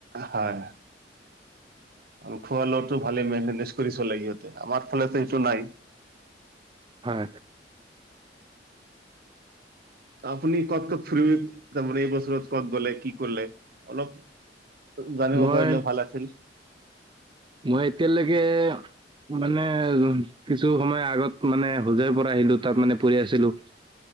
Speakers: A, on the right; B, on the right.
A: হয়। আৰু খোৱা লোৱাটো ভালে মেনতেনেজ কৰি চলে ইহঁতে আমাৰ ফালে এইটো নাই।
B: হয়
A: আপুনি কত কত ফুৰিব তাৰমানে এইবছৰত কত গলে কি কৰলে অলপ জানিব
B: মই
A: পাৰিলে ভাল আছিল।
B: মই এতিয়ালৈকে মানে কিছু সময় আগত মানে হোজাই তাৰ মানে পঢ়ি আছিলো